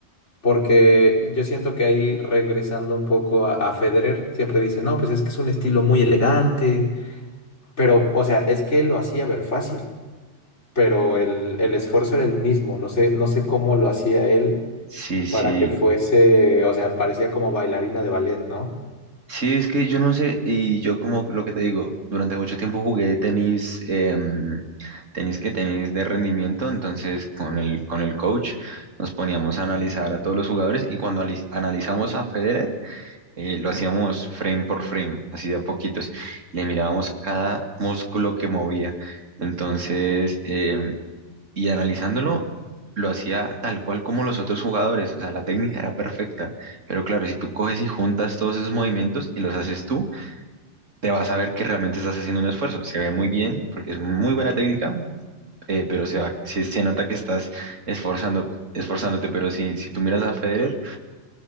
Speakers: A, on the left; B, on the right.
A: porque yo siento que ahí regresando un poco a, a Federer, siempre dice, no, pues es que es un estilo muy elegante, pero, o sea, es que él lo hacía ver fácil, pero el, el esfuerzo era el mismo, no sé, no sé cómo lo hacía él
B: sí, sí.
A: para que fuese, o sea, parecía como bailarina de ballet, ¿no?
B: Sí, es que yo no sé, y yo como lo que te digo, durante mucho tiempo jugué tenis, em, tenis que tenis de rendimiento, entonces con el, con el coach nos poníamos a analizar a todos los jugadores y cuando ali- analizamos a Federer, eh, lo hacíamos frame por frame, así de a poquitos. Le mirábamos cada músculo que movía. Entonces, eh, y analizándolo, lo hacía tal cual como los otros jugadores. O sea, la técnica era perfecta. Pero claro, si tú coges y juntas todos esos movimientos y los haces tú, te vas a ver que realmente estás haciendo un esfuerzo. Se ve muy bien, porque es muy buena técnica, eh, pero se va, se, se nota que estás esforzando, esforzándote. Pero si, si tú miras a Federer,